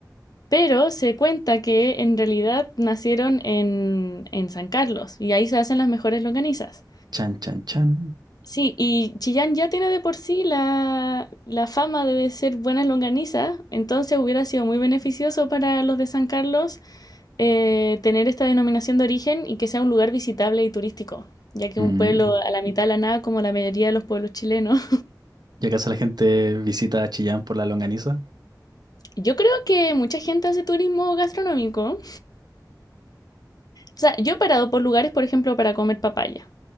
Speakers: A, on the left (about 60°); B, on the right (about 70°).
A: Pero se cuenta que en realidad nacieron en, en San Carlos y ahí se hacen las mejores longanizas.
B: Chan, chan, chan.
A: Sí, y Chillán ya tiene de por sí la, la fama de ser buenas longanizas, entonces hubiera sido muy beneficioso para los de San Carlos eh, tener esta denominación de origen y que sea un lugar visitable y turístico, ya que
B: Mm.
A: es un pueblo a la mitad de la nada como la mayoría de los pueblos chilenos.
B: ¿Y acaso la gente visita a Chillán por la longaniza?
A: <laughs> Yo creo que mucha gente hace turismo gastronómico. O sea, yo he parado por lugares, por ejemplo, para comer papaya.